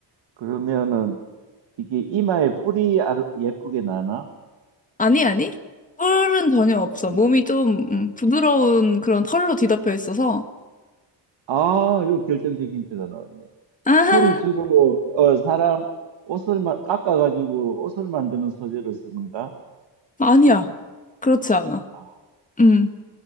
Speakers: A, on the right; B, on the left.
A: 그러면은 이게 이마에 뿔이 아르- 예쁘게 나나?
B: 아니, 아니. 뿔은 전혀 없어.
A: 음.
B: 몸이 좀 음, 부드러운 그런 털로 뒤덮여 있어서.
A: 아, 요 결정적인 힌트가 나왔네.
B: <laughs>
A: 털이 주로 어, 사람 옷을 마- 깎아가지고 옷을 만드는 소재로 쓰는가?
B: 아, 아니야. 그렇지 않아.
A: 아,
B: 음,